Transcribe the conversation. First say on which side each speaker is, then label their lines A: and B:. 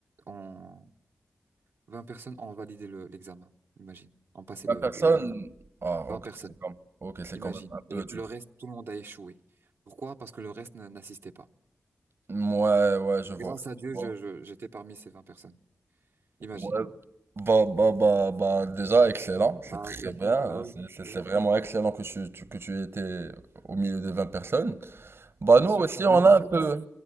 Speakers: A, on the right (about 85°); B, on the right (about 65°).
A: en- 20 personnes ont validé le- l'examen. Imagine, ont passé
B: 20
A: le-
B: personnes?
A: l'examen.
B: Ah
A: 20
B: OK,
A: personnes,
B: c'est quand OK, c'est
A: imagine.
B: quand même un peu
A: Et
B: dur.
A: le reste, tout le monde a échoué. Pourquoi? Parce que le reste n'a- n'assistait pas.
B: ouais ouais, je
A: Grâce
B: vois,
A: à Dieu,
B: je vois.
A: je, je- j'étais parmi ces 20 personnes. Imagine.
B: Ouais, bah bah bah bah déjà excellent, c'est
A: Bah
B: très
A: oui,
B: bien,
A: bah
B: hein,
A: oui,
B: c'est c'est
A: bah
B: c'est
A: oui,
B: vraiment excellent que tu tu que tu étais au milieu des 20 personnes. Bah
A: bien
B: nous
A: sûr.
B: aussi on
A: Mais en
B: a
A: fait,
B: un peu